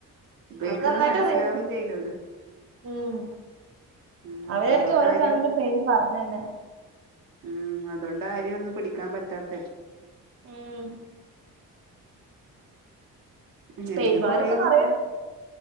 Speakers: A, on the right; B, on the right.
A: ഉപയോഗിക്കന്നത്
B: അവർക്ക് നന്നായിട്ട്
A: മനസ്സിലാവേം
B: അറിയായിരിക്കും
A: ചെയൂല ഓല്.
B: ഉം
A: ഉം
B: അവരായിരിക്കും
A: അതുകൊണ്ടാരും
B: ഓരോ സാനത്തിന്റെ പേര് പറഞ്ഞന്നെ
A: ഉം അതോണ്ട ആരേ ഒന്നും പിടിക്കാൻ പറ്റാത്തെ
B: മ്മ്ഹ്.
A: ഇങ്ങനെങ്കിലും
B: പേര് പകരൊക്കെ
A: കൊറയോ
B: നിറയെ
A: നോക്ക